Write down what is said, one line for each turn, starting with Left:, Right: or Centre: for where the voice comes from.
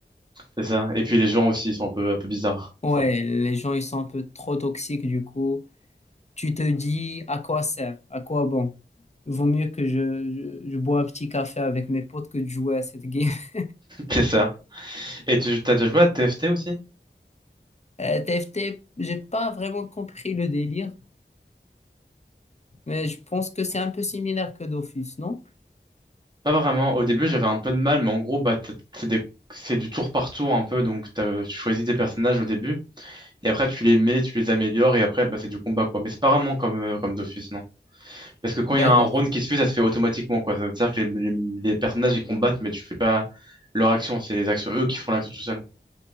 Right: C'est ça. Et puis les gens aussi, ils sont un peu, un peu bizarres. parfois.
Left: Ouais, les gens, ils sont un peu trop toxiques, du coup. tu te dis à quoi sert, à quoi bon. Vaut mieux que je, je, je bois un petit café avec mes potes que de jouer à cette game. <laughs>
Right: C'est ça. Et tu t'as déjà joué à TFT aussi?
Left: Euh, T, F T, j'ai pas vraiment compris le délire, mais je pense que c'est un peu similaire que Dofus, non?
Right: Pas vraiment. Au début, j'avais un peu de mal, mais en gros, bah, t'as- c'est des- c'est du tour par tour un peu. Donc, t'as- tu choisis des personnages au début, et après, tu les mets, tu les améliores, et après, bah, c'est du combat, quoi. Mais c'est pas vraiment comme, euh, comme Dofus, non. Parce que quand
Left: D'accord,
Right: il y a un round qui se fait, ça se fait automatiquement, quoi. Ça veut dire que les, les- les personnages, ils combattent, mais tu fais pas leur action. C'est les actions, eux, qui font l'action tout seul.